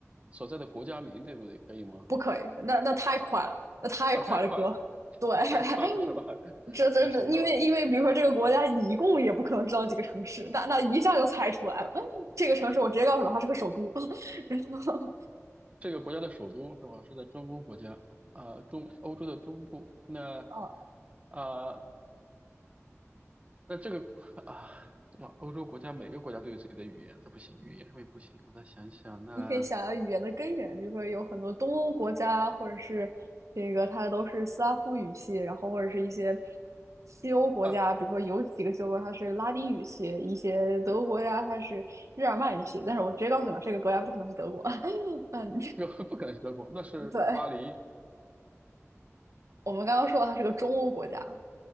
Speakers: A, on the right (about 25°); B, on the right (about 75°).
A: 所在的国家名，对不对？可以吗？
B: 不可以，那那太快了，那太快了，
A: 啊，太快了，
B: 哥。对，
A: <laughs> 太快了，是吧？
B: <laughs> 这这这，
A: <laughs> 那行，
B: 因为因为比如说这个国家，
A: 那我
B: 你一共也不可能知道几个城市，那那一下就猜出来了。这个城市我直接告诉他它是个首都，<laughs> 然后
A: 这个国家的首都是吧？是在中欧国家，啊，中欧洲的中部。那
B: 啊，
A: 啊、那这个 <laughs> 啊，对吧？欧洲国家每个国家都有自己的语言，这不行，语言上面不行。我再想想，那
B: 你可以想要语言的根源，比如说有很多东欧国家，或者是这个它都是斯拉夫语系，然后或者是一些西欧国家，
A: 啊，
B: 比如说有几个西欧国家它是拉丁语系，一些德国国家它是日耳曼语系。但是我直接告诉你吧，这个国家不可能是德国。<laughs> 嗯，
A: 这个 <laughs> 不可能是德国，那是巴黎，
B: <laughs> 对，我们刚刚说它是个中欧国家，